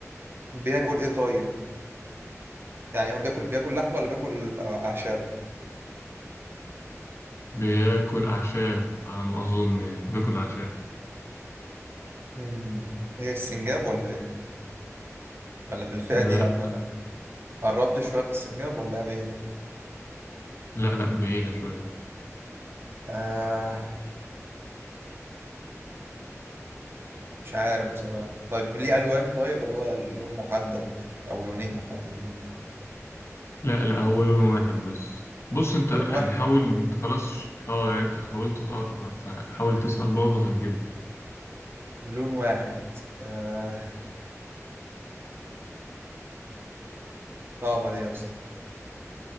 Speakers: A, on the right; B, on the left.
A: بياكل ايه طيب يعني هو بياكل بياكل لحمة ولا بياكل آه، أعشاب
B: بياكل أعشاب على ما أظن يعني بياكل أعشاب
A: مم. ايه السنجاب ولا ايه ولا في الفئة
B: لأ
A: دي عامة قربت شوية من السنجاب ولا هي بعيدة
B: لأ لأ بعيدة شوية
A: آه مش عارف بصراحة طيب ليه ألوان طيب ولا هو لون محدد أو لونين محددين
B: لأ لأ هو لون واحد بس بص أنت
A: لون
B: يعني
A: واحد
B: حاول أنت خلاص اه يعني أنت حاولت تقرب فحاول تسأل برضه هتجيبه
A: لون واحد آه... صعبة دي يا اسطى